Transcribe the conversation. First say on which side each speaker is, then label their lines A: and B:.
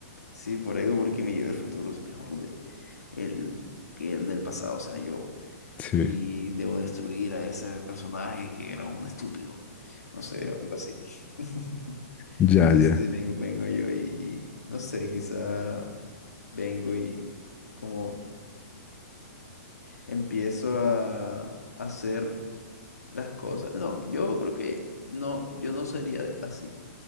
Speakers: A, on the left; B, on the left.
A: sí, por ego, porque mi yo del futuro es mejor de- el, que el del pasado, o sea, yo.
B: Sí,
A: Y debo destruir a ese personaje que era un estúpido. No sé, algo así. <laughs>
B: ya,
A: Entonces
B: ya.
A: sí, vengo, vengo yo y, y, no sé, quizá vengo y como empiezo a hacer las cosas. No, yo creo que no, yo no sería así,